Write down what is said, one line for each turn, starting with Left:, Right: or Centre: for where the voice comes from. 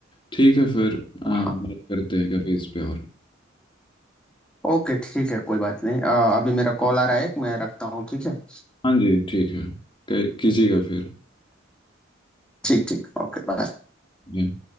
Left: ठीक है फिर अ, बात
Centre: हाँ
Left: करते हैं कभी इस पे और
Centre: ओके ठीक है कोई बात नहीं अ, अभी मेरा कॉल आ रहा है मैं रखता हूँ ठीक है
Left: हाँ जी ठीक है कह- कीजिएगा फिर
Centre: ठीक ठीक ओके बाय
Left: जी